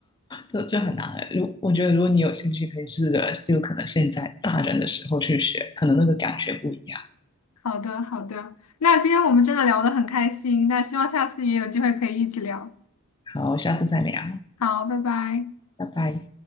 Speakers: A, on the left; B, on the left.
A: 这这很难的。如我觉得，如果你有兴趣，可以试着就可能现在大人的时候去学，可能那个感觉不一样。
B: 好的，好的，那今天我们真的聊得很开心，那希望下次也有机会可以一起聊。
A: 好，下次再聊，
B: 好，拜拜。
A: 拜拜。